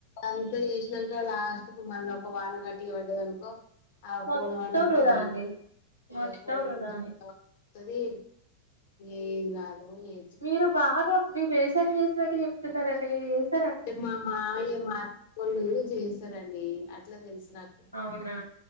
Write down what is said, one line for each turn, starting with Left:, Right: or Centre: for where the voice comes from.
Left: అంత జేసినాంక లాస్ట్ కు మళ్ళ ఒక వాన గట్టిగ పడ్డదనుకో ఆ
Right: మొత్తం
Left: పోలవంత
Right: వృధా
Left: కిందపడి
Right: అండి
Left: పోతది ఇగ
Right: మొత్తం
Left: పొలం
Right: వృధానే
Left: ఉంటే కిందా త్తదీ ఏది రాదూ ఏ
Right: మీరు బాగా మీ వేసాల్ జేసినట్టు జెప్తున్నారండి మీర్ ఏస్
Left: టే మా మాయ్య మాఅత్తమ్మోల్లూ చేసరండీ అట్ల దెలుసు నాక్
Right: ఔనా